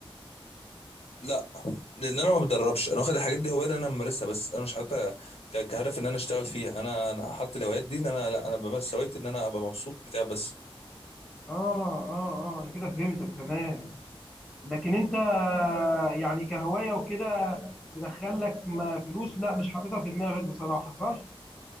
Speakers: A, on the left; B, on the left.
A: لا لان انا ما بدربش انا واخد الحاجات دي هوايه اللي انا بمارسها بس انا مش حاططها ك- كهدف ان انا اشتغل فيها انا انا حاطط الهوايات دي ان انا لا انا بمارس هوايتي ان انا ابقى مبسوط بتاع بس
B: اه اه اه انا كده فهمتك تمام لكن انت يعني كهواية وكده تدخل لك ما- فلوس لا مش حاططها في دماغك بصراحة صح